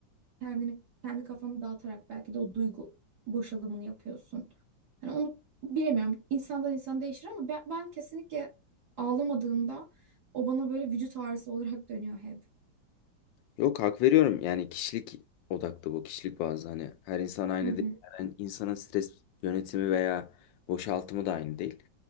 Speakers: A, on the right; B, on the left.
A: kendini kendi kafanı dağıtarak belki de o duygu boşalımını yapıyorsun. Yani onu bilemiyorum. İnsandan insan değişir ama ben, ben kesinlikle ağlamadığımda o bana böyle vücut ağrısı olarak dönüyor hep.
B: yok hak veriyorum. Yani kişilik odaklı bu. Kişilik bazlı hani her insan aynı
A: Hı hı.
B: değil. Yani insanın stres yönetimi veya boşaltımı da aynı değil.